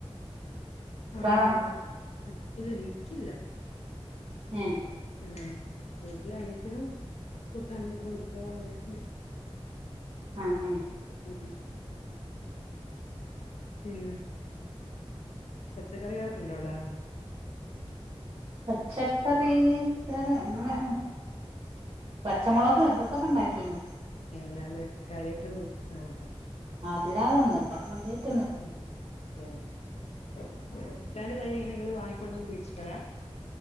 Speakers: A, on the right; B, on the left.
A: എത്ര
B: ഉണ്ട
A: ആളാ
B: എല്ലാരും ഇല്ല എനിക്കില്ല
A: ഏ
B: ആ വീട്ടിൽ അനിയത്തീടെ കുട്ടിയും അനിയത്തീടെ കുട്ട്യോളും അങ്ങനക്കെ ഉണ്ട്
A: ആ ഉം
B: ഉം ഉം പച്ചക്കറികളൊക്കെയുണ്ടോ അവിടെ
A: പച്ചക്കറി ഇങ്ങനെ പച്ചമുളക് ഇകത്തൊക്കെ ഉണ്ടാക്കീന്
B: എല്ലാണ്ട് കാര്യമായിട്ടും ആ
A: അല്ലാതെന്നില്ലാ <unintelligible>
B: മ് ആ <unintelligible> നിങ്ങള് വാങ്ങിക്കൊണ്ടൊന്ന് കുഴിച്ചിട്ടതാ